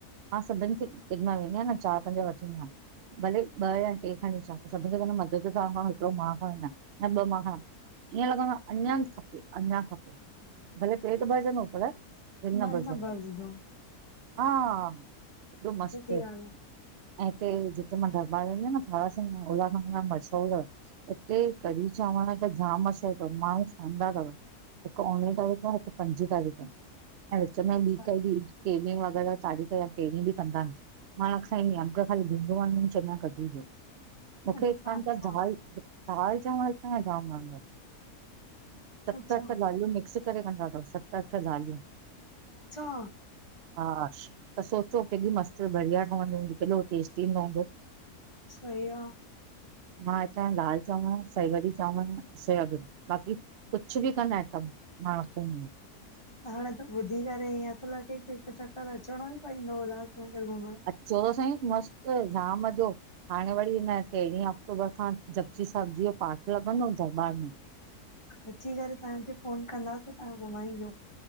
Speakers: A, on the right (about 75°); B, on the left (about 20°).
A: मां सभिनि खे ॾिदा वेंदा हिन न चारि पंज वठी ईदा हिन भले ॿ या टे खणी अचा त सभिन खे त मज़ो जो त हिकड़ो मा खड़ी वंञां या ॿ मा खड़ा ईअं लॻंदो आ अंञां खपे, अंञां खपे, भले पेट भरजंदो पर दिल
B: मन
A: न भरजंदी
B: भरजंदो
A: आ हा एॾो
B: सची
A: मस्तु।
B: ॻाल्हि
A: ऐं हिते जिते मां दरबार वेंदी आहियां न, थारा उल्हासनगर में मशहूर आ हिते कढ़ी चांवर त जाम मशहूरु तव, माण्हूं खाईंदा तव। हिकु उणवीह तारीख़ जो आ, हिकु पंजी तारीख़ आ ऐं विच
B: आ
A: में
B: अच्छा
A: ॿी काई बि। केरी वग़ैरह चाढ़ीया केरी बि कंदा आहिन <inaudible> मां <unintelligible> न खाईंदी अमक ख़ाली भीड वण च ॿधी ॾियो, मुखे
B: अच्छा अच्छा
A: <unintelligible> दाल चांवर त जाम वणंदा, सत
B: अच्छा
A: अठ दालियूं मिक्स करे कंदा तव सत अठ दालियूं।
B: अच्छा
A: हा त सोचो केॾी मस्त बढ़िया ठहंदी हूंदी केॾो टेस्टी ईंदो हूंदो।
B: सही आ।
A: मां हितां दाल चांवर, साई भाॼी चांवर, सोयाबीन बाक़ी कुछ बि कंदा सभ मां रखंदी आयां।
B: हाणे त ॿुधी करे ईअं थो लॻे की हिकु चक्कर अचणो ई पवंदो उल्हासनगर घुमण।
A: अचो त साईं, मस्त, जाम मज़ो। हाणे वरी हिन तेरहीं अक्टूबर खां जपजी साहिब जी जो पाठु लॻंदो दरबार में।
B: अची करे तव्हांखे फ़ोन कंदासीं तव्हां घुमाइजो।